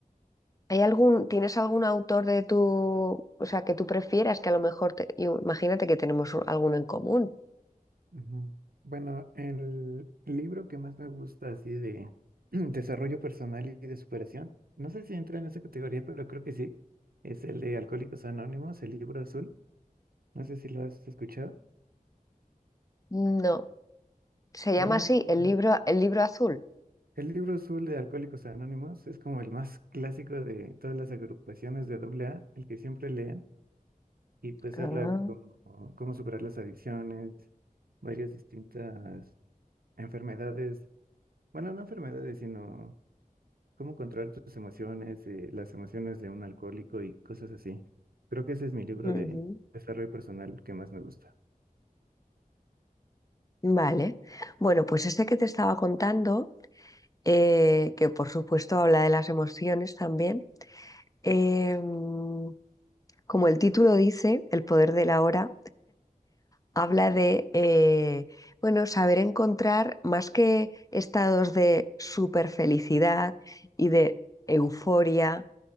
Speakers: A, on the left (about 25°); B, on the right (about 85°).
A: ¿Hay algún, tienes algún autor de tu, o sea, que tú prefieras que a lo mejor te- yo- imagínate que tenemos u- alguno en común?
B: Ujú. Bueno, el libro que más me gusta, así de <clears throat> desarrollo personal y de superación, no sé si entra en esa categoría, pero creo que sí. Es el de Alcohólicos Anónimos, el libro azul. No sé si lo has escuchado.
A: No. Se
B: Bueno,
A: llama así,
B: es-
A: el
B: Ujú.
A: libro, el libro azul.
B: El libro azul de Alcohólicos Anónimos es como el más clásico de todas las agrupaciones de AA, el que siempre leen, y pues
A: Ah,
B: habla de cómo, cómo superar las adicciones, varias distintas enfermedades, bueno, no enfermedades, sino cómo controlar tus emociones, eh, las emociones de un alcohólico y cosas así. Creo que ese es mi libro
A: Ujú.
B: de desarrollo personal que más me gusta.
A: Vale. Bueno, pues este que te estaba contando, eh, que por supuesto habla de las emociones también. Em, como el título dice, El poder de la hora, habla de, eh, bueno, saber encontrar más que estados de super felicidad y de euforia,